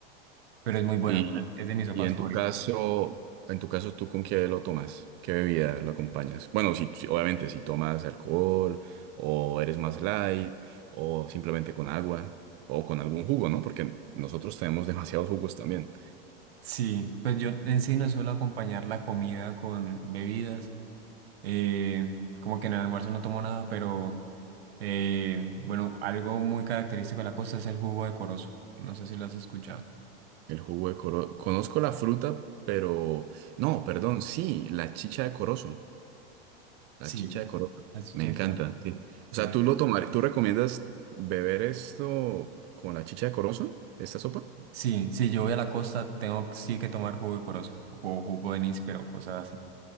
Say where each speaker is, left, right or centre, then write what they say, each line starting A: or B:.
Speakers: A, on the right (about 80°); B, on the right (about 35°).
A: pero es muy buena,
B: Y,
A: es de mis sopas
B: y en
A: favoritas.
B: tu caso, en tu caso, ¿tú con qué lo tomas? ¿Qué bebida lo acompañas? Bueno, si, si- obviamente si tomas alcohol o eres más light o simplemente con agua o con algún jugo, ¿no? Porque nosotros tenemos <laughs> demasiados jugos también.
A: Sí, pues yo en sí no suelo acompañar la comida con bebidas. eh, como que en el almuerzo no tomo nada, pero eh, bueno, algo muy característico de la costa es el jugo de corozo. No sé si lo has escuchado.
B: El jugo de coro, conozco la fruta, pero no, perdón, sí, la chicha de corozo. La
A: Sí,
B: chicha de coroca.
A: así
B: Me
A: que
B: encanta,
A: coro-
B: sí.
A: Sí,
B: O sea, ¿tú lo tomar, tú recomiendas beber esto con la chicha de corozo, esta sopa?
A: sí, si yo voy a la costa, tengo sí que tomar jugo de corozo o jugo de níspero, cosas así.